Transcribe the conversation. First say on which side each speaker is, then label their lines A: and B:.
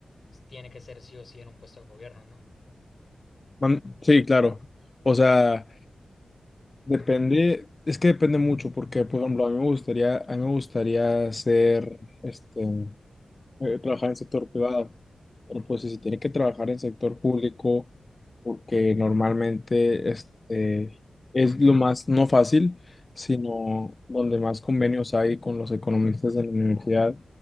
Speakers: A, on the left; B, on the left.
A: tiene que ser sí o sí en un puesto de gobierno, ¿no?
B: Man- sí, claro. O sea, depende, es que depende mucho, porque, por ejemplo, a mí me gustaría, a mí me gustaría ser, este, eh, trabajar en sector privado. Pero pues si se tiene que trabajar en sector público, porque normalmente este, es lo más no fácil, sino donde más convenios hay con los economistas de la universidad,